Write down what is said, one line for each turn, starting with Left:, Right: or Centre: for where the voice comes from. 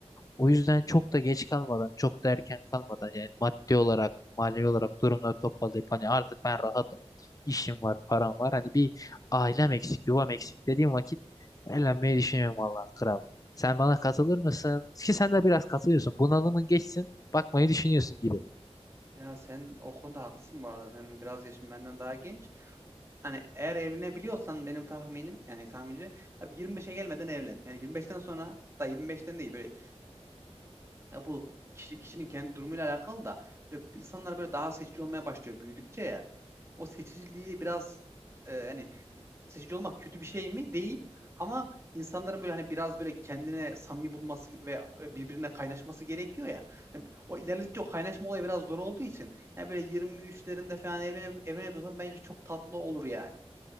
Left: O yüzden çok da geç kalmadan, çok da erken kalmadan yani maddi olarak, manevi olarak durumları toparlayıp hani artık ben rahatım, işim var, param var. Hani bir ailem eksik, yuvam eksik dediğim vakit evlenmeyi düşünüyorum vallahi kral. Sen bana katılır mısın? Ki sen de biraz katılıyorsun. Bunalımın geçsin, bakmayı düşünüyorsun gibi.
Right: Ya sen o konuda haklısın bu arada. Sen biraz yaşın benden daha genç. Hani eğer evlenebiliyorsan benim tahminim yani tahmince abi 25'e gelmeden evlen. Yani 25'ten sonra da 25'ten değil böyle ya bu kişi, kişinin kendi durumuyla alakalı da böyle insanlar böyle daha seçici olmaya başlıyor büyüdükçe ya. O seçiciliği biraz e, hani seçici olmak kötü bir şey mi? Değil. Ama insanların böyle hani biraz böyle kendine samimi bulması ve böyle birbirine kaynaşması gerekiyor ya. Hani o ilerledikçe o kaynaşma olayı biraz zor olduğu için hani böyle 23'lerinde falan evlene, evlenebiliyorsan bence çok tatlı olur yani.